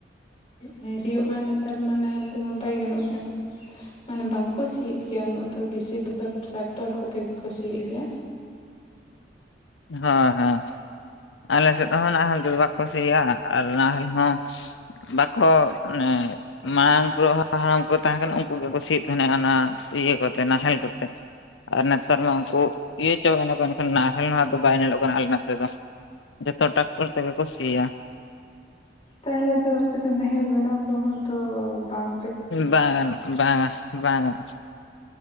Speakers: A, on the left; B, on the left.
A: ᱦᱮᱸ ᱥᱤᱭᱳᱜ ᱢᱟ ᱱᱮᱛᱟᱨ ᱢᱟ ᱱᱟᱦᱮᱞ ᱛᱮᱢᱟ ᱵᱟᱭ ᱜᱟᱱᱚᱜ ᱠᱟᱱ ᱢᱟᱱᱮ ᱵᱟᱝᱠᱚ ᱥᱤᱭᱮᱫ ᱜᱮᱭᱟ ᱩᱱᱟᱹᱜ ᱫᱚ ᱵᱤᱥᱤᱨ ᱵᱷᱟᱜᱽ ᱫᱚ ᱴᱨᱟᱠᱴᱚᱨ ᱠᱚᱛᱮ ᱜᱮ ᱠᱚ ᱥᱤᱭᱮᱫ ᱜᱮᱭᱟ
B: ᱦᱮᱸ ᱦᱮᱸ ᱟᱞᱮ ᱥᱮᱫ ᱦᱚᱸ ᱱᱟᱦᱮᱞ ᱛᱮᱫᱚ ᱵᱟᱠᱚ ᱥᱤᱭᱟ ᱟᱨ ᱱᱟᱦᱮᱞ ᱦᱚᱸ ᱵᱟᱠᱚ ᱮᱫ ᱢᱟᱲᱟᱝ ᱠᱚ ᱦᱟᱲᱟᱢ ᱠᱚ ᱛᱟᱦᱮᱸ ᱠᱟᱱᱟ, ᱩᱱᱠᱩ ᱜᱮᱭᱠᱚ ᱥᱤᱭᱮᱫ ᱛᱟᱦᱮᱸᱱᱟ ᱚᱱᱟ ᱤᱭᱟᱹ ᱠᱚᱛᱮ ᱱᱟᱦᱮᱞ ᱠᱚᱛᱮ᱾ ᱟᱨ ᱱᱮᱛᱟᱨ ᱢᱟ ᱩᱱᱠᱩ ᱤᱭᱟᱹ ᱪᱟᱵᱟᱭᱮᱱᱟ ᱠᱚ, ᱮᱱ ᱠᱷᱟᱱ ᱱᱟᱦᱮᱞ ᱱᱟᱦᱜ ᱫᱚ ᱵᱟᱭ ᱧᱮᱞᱚᱜ ᱠᱟᱱᱟ ᱟᱞᱮ ᱱᱚᱛᱮ ᱫᱚ ᱾ ᱡᱚᱛᱚ ᱴᱟᱠᱴᱚᱨ ᱛᱮᱜᱮ ᱠᱚ ᱥᱤᱭᱟ ᱾
A: ᱛᱟᱦᱚᱞᱮ ᱫᱚ ᱟᱯᱮ ᱫᱚ ᱱᱟᱦᱮᱞ ᱵᱮᱱᱟᱣ ᱠᱚᱦᱚᱸ ᱛᱚ ᱵᱟᱝ
B: ᱵᱟᱝ ᱵᱟᱝᱟ, ᱵᱟᱝᱟ ᱾